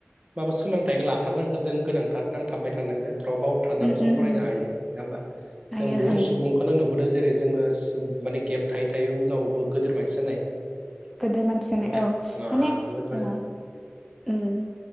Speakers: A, on the right; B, in the centre.
A: माबा सोलोंथाइखौ लाथारनांगोन जों गोनांथार नांथाबबाय थानांगोन। औ बावथारनाबो
B: उम
A: जों
B: उम
A: फरायनो
B: उम
A: हायो नङा होमबा
B: हायो
A: जों बुहुत
B: हायो
A: सुबुंखौनो नुबोदों । जेरै जोङो माने गेब थायो थायो उनावबो गोदोर मानसि जानाय अ
B: गोदोर मानसि जानाय औ
A: आं
B: माने
A: बहुत माने
B: ओ उम